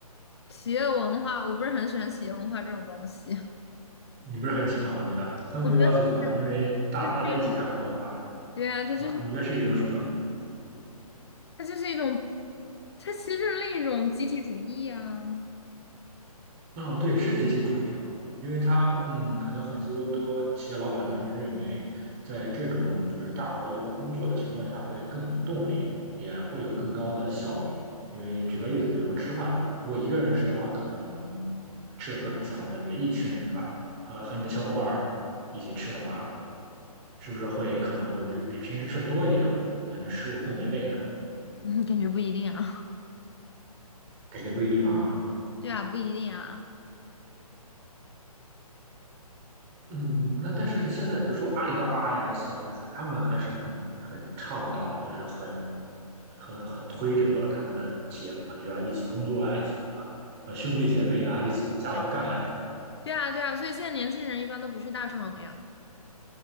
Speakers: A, on the left; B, on the right.
A: 企业文化，我不是很喜欢企业文化这种东西。<laughs>
B: 你不是很喜欢吗？对吧？他们就要求，
A: 我觉得
B: 对吧？因为大大家一起干活，
A: 它是一种，
B: 对吧？
A: 对啊，它就是
B: 啊，你觉得是一种什么？
A: 它就是一种，它其实就是另一种集体主义啊。<laughs>
B: 嗯，对，是集体主义啊，因为他，嗯，可能很多多企业老板他们认为，在这种就是大伙一块工作的情况下，会更有动力，也会有更高的效率。因为举个例子，比如说吃饭，如果一个人吃的话，可能吃的不是很香，但是一群人，对吧？和和你的小伙伴儿一起吃的话，是不是会可能会比比平时吃的多一点，感觉食物更美味呢？
A: 嗯，感觉不一定啊。
B: 感觉不一定吧。
A: <laughs> 对啊，不一定啊。
B: 嗯，那但是现在比如说阿里巴巴呀这些，就是他们还是很很倡导，就是很很很推这个他们的什么企业文化，就要一起工作啊，一起啊，呃兄弟姐妹啊，一起加油干呀这种。
A: 对对啊，对啊。所以现在年轻人一般都不去大厂了呀。